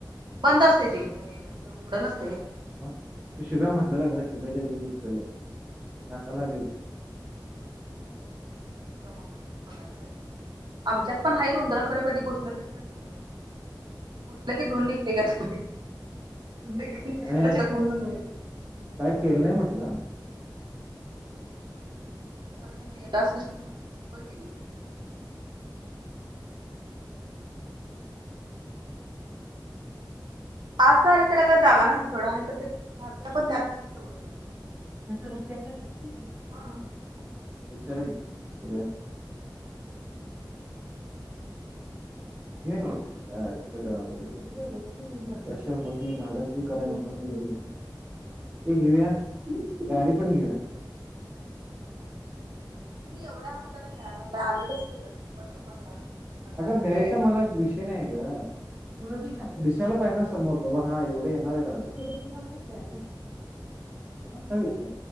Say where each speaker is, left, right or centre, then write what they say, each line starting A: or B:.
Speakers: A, on the right; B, on the right.
A: बंद असतंय ते, काय अस उघड नसतंय.
B: तो शुभ्या म्हंटलेला ग शुभ्याच्या हेच्यात घुसलेलं, नाकाला लागलंय बघ.
A: बघा मग, बघायला पाहिजे आमच्यात पण आहेत उंदर खरं कधी घुसलं बिसलं नाहीं एवढं. घुसलं की धुवून निघतंय घ्या ते बाहेर
B: नाही,
A: ते
B: नाही.
A: <unintelligible>
B: काय केलं नाही म्हंटला.
A: खरं ते मेल असलं, होय की नाही? आत जायला त्याला काय जागा नसत्या सोडा, नाहीतर ते घालतोय आपण त्यातच की तेवढं ते.
B: ते सगळं पॅक च असतंय नव्ह ते? हम्म!
A: हा
B: विचारुया की. बघूया. घेऊया घे, तिच्या आईच्या गावात. त्याशिवाय होत नाही धाडस बी कराय नको आणि हे बी नको. ते घेऊया, गाडी पण घेऊया.
A: तुम्ही एवढ्या हप्त्याला भिया लागलाय आम्ही कसं केलं असेल? पंधरा पंधरा हजार
B: अगं
A: आहे
B: भ्यायचं मला विषय नाही आहे ग दिसायला पाहिजे ना समोर बाबा हां एवढं येणार आहेत आज. असा विषय